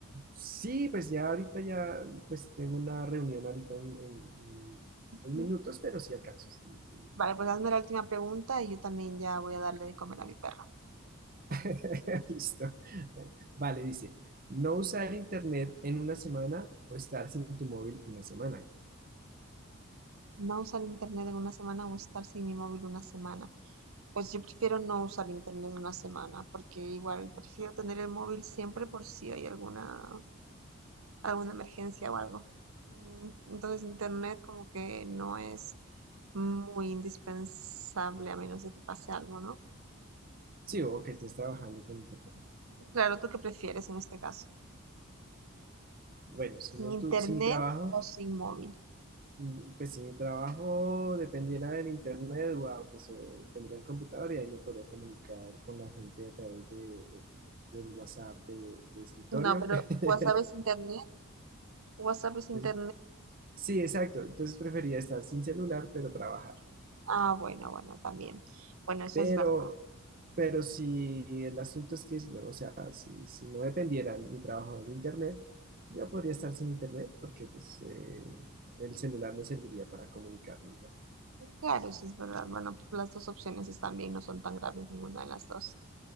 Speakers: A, on the right; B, on the right.
A: Sí, pues ya ahorita ya, pues tengo una reunión ahorita en, en-
B: Ujú.
A: en unos minutos, pero sí alcanzo. sí, sí.
B: Vale, pues hazme la última pregunta y yo también ya voy a darle de comer a mi perro.
A: <laughs> Listo. Vale, dice, no usar internet en una semana o estar sin tu móvil una semana.
B: ¿No usar internet en una semana o estar sin mi móvil una semana? Pues yo prefiero no usar internet una semana, porque igual prefiero tener el móvil siempre por si hay alguna alguna emergencia o algo. Mm, Entonces internet como que no es muy indispensable a menos de que pase algo, ¿no?
A: Sí, o que estés trabajando con internet.
B: Claro, ¿tú qué prefieres en este caso?
A: Bueno, si,
B: ¿Sin
A: no
B: internet
A: tu- si mi trabajo
B: o sin móvil?
A: Mm, Pues si mi trabajo dependiera del internet, wow, pues eh, tendría el computador y ahí me podría comunicar con la gente a través de, del WhatsApp de, de escritorio.
B: No, pero
A: <laughs>
B: WhatsApp es internet. WhatsApp es internet.
A: Entonces, Sí, exacto. Entonces prefería estar sin celular, pero trabajar.
B: Ah, bueno, bueno, también. Bueno, eso
A: Pero,
B: es verdad.
A: pero si el asunto es que, o sea, si, si no dependiera mi trabajo del internet, yo podría estar sin internet porque pues eh, el celular me serviría para comunicarme ya.
B: Claro, eso es verdad. Bueno, las dos opciones están bien, no son tan graves ninguna de las dos.